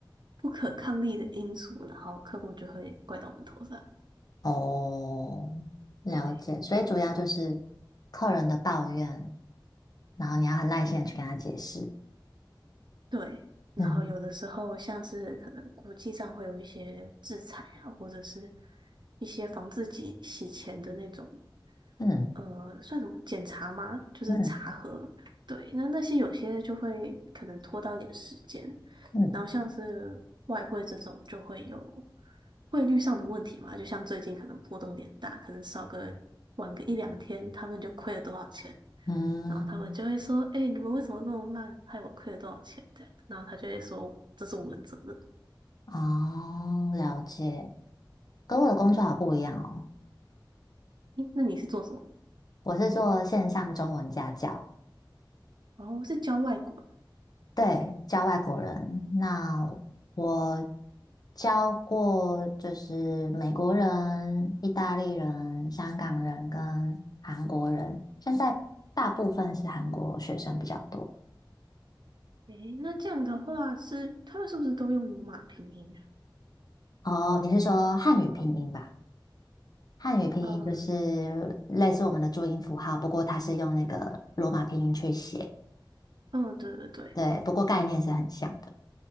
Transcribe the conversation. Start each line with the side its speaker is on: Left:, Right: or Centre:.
Right: 不可抗力的因素，然后客户就会怪到我们头上。
Left: 哦，了解。
Right: 对
Left: 所以主要就是客人的抱怨，然后你要很耐心的去跟他解释。
Right: 对，然后有的时候像是可能国际上会有一些制裁啊，
Left: 嗯
Right: 或者是一些防自己洗钱的那种
Left: 嗯
Right: 呃，算什么检查吗？就是查核。
Left: 嗯
Right: 对，那那些有些就会可能拖到一点时间，
Left: 嗯
Right: 然后像是外汇这种就会有汇率上的问题嘛，就像最近可能波动有点大，可能少个晚个一两天，他们就亏了多少钱，
Left: 嗯，
Right: 然后他们就会说：“哎、你们为什么这么慢，害我亏了多少钱？”这样，然后他就会说：“这是我们责任。”
Left: 哦，了解。跟我的工作好不一样哦，
Right: 对，诶那你是做什么？
Left: 我是做线上中文家教。
Right: 哦，是教外国人。
Left: 对，教外国人。那我教过就是美国人、意大利人、香港人跟韩国人，现在大部分是韩国学生比较多。
Right: 诶，那这样的话是他们是不是都用罗马拼音啊？
Left: 哦，你是说汉语拼音吧？汉语拼音就是类似我们的注音符号，
Right: 呃，
Left: 不过它是用那个罗马拼音去写。
Right: 哦，对对对，
Left: 对，不过概念是很像的。